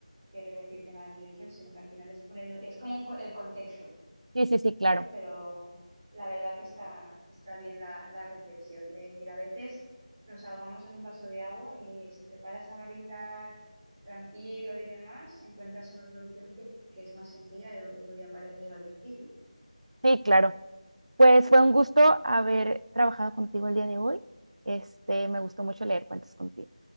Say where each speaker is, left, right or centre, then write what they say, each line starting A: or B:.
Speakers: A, on the right; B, on the right.
A: querer decirte nada de religión, sino que al final es poner, es como un co- el contexto,
B: Sí, sí, sí, claro.
A: ¿sabes? Pero la verdad que está, está bien la, la reflexión de decir, a veces nos ahogamos en un vaso de agua y oye, si te paras a analizar tranquilo y demás, encuentras una solución que, que es más sencilla de lo que podía parecer al principio.
B: Sí, claro. Pues fue un gusto
A: Así
B: haber
A: que,
B: trabajado contigo el día de hoy. Este, me gustó mucho leer cuentos contigo.